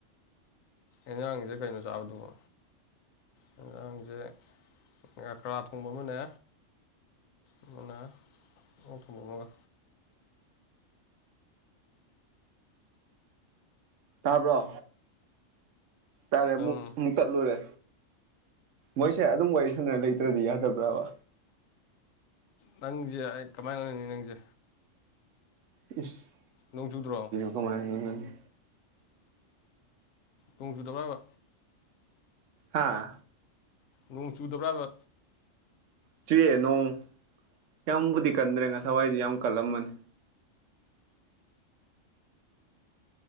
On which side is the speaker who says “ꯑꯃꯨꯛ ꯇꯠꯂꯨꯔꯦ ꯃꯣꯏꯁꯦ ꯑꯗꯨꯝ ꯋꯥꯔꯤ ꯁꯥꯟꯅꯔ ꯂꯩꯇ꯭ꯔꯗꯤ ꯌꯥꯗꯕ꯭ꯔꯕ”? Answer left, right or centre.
Right